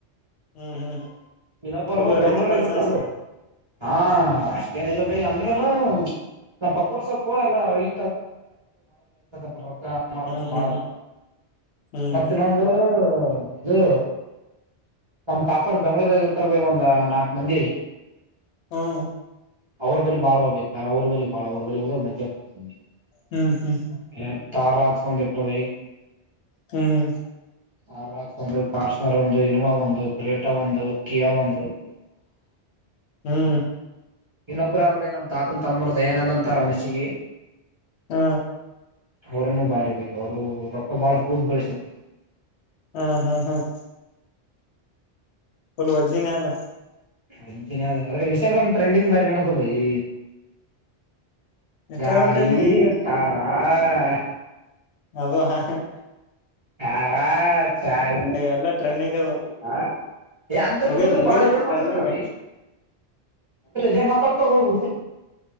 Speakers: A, on the left (about 70°); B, on the right (about 30°).
A: ಹ್ಮ್ ಹ್ಮ್
B: ಇನ್ನೊಬ್ಬರು
A: ಫುಲ್
B: ಬೆಂಗ್ಳೂರಗ
A: ರಿಚ್ ಪರ್ಸನ್ಸ್
B: ಇರ್ತಾರ ಬೈ ಹಾ ಅಷ್ಟೇನಿಲ್ಲ ಭೈ ಅಂದ್ರೆ <unintelligible> ನಮ್ಮ ಪಪೋರ್ ಸ್ವಲ್ಪ ಎಲ್ಲ ಅವವಾಗಿ <unintelligible> ಮಾಡಬೇಕ
A: ಹ್ಮ್
B: ಬಾಳ ಆ
A: ಹ್ಮ್
B: ಮತ್ತ ಇನ್ನೊಂದು ಇದು ನಮ್ ಕಾಕೋರ್ ಬೆಂಗ್ಳೂರಾಗ ಇರ್ತಾರ ಬ ಒಂದ ನಾಕು ಮಂದಿ
A: ಹ್ಮ್
B: ಅವ್ರ ಬಳಿ ಬಾಳ ಹೋಗ್ಬೇಕ್ರ ಅವ್ರ ಬಳಿ ಬಳ ಅವರು ಬೆಲ್ಲುವದ ಉಮಜಾ ಪತಿ
A: ಹ್ಮ್ ಹ್ಮ್
B: ಹ ತಾರಾ ಸಂದಿ ಪ್ರದ
A: ಹ್ಮ್
B: ಆರಾಕ್ಸ್ ಒಂದು ಪಾರ್ಸನರ್ ಒಂದು ಇನೋವಾ ಒಂದು ಕ್ರೇಟ್ ಊಟ ಒಂದು ಕಿಯಾ ಒಂದು
A: ಹ್ಮ್
B: ಇನ್ನೊಬ್ರಾರವೇ ನಮ ತಾತನ ತಮ್ಮರು ದಯಾನಂದ ಅಂತಾರ ಉಣಸಗಿ
A: ಹ್ಮ
B: ಅವ್ರನ್ನು ಬಾರಿ ಬೆ ಅವರು ರೊಕ್ಕ ಬಾಳ ಕುಡಿ ಗಳಿಸ್ಯರ
A: ಹ್ಮ್ ಹ್ಮ್ ಹ್ಮ್ ಬಲು ಒಜ್ಜಿನೆ ಅದ
B: ಒಜ್ಜಿನೆ ಅದ ಇನ್ಸ್ಟಾಗ್ರಾಮ್ ಟ್ರೆಂಡಿಂಗ್ ಬಾರಿ ನಡದಾದ ಇ
A: ಇನ್ಸ್ಟಾಗ್ರಾಮ್
B: ಗಾಡಿ
A: ಟ್ರೆಂಡಿಂಗ್ ಈಗ
B: ಕಾರ ಆಹಾ
A: ಅದು ಅಹಃ <unintelligible>
B: ಕಾರ ಚಾಯ
A: ಎಲ್ಲಾ ಟ್ರೆಂಡಿಂಗ್ ಅದು
B: ಹ ಯೇ ಅಂದ್ರ
A: ಮುಗಿ
B: ಹುಡುಗರು
A: ಮುಗ್ದ
B: ಬಾಳ ಇ
A: ಟ್ರೆಂಡಿಂಗ್
B: ಮಾತಾಡ್ತಾರೆ ಬೆ ಅಂದ್ರ ಇ <unintelligible> ಮಾತಾಡ್ತಾರ ಹುಡುಗರ <unintelligible>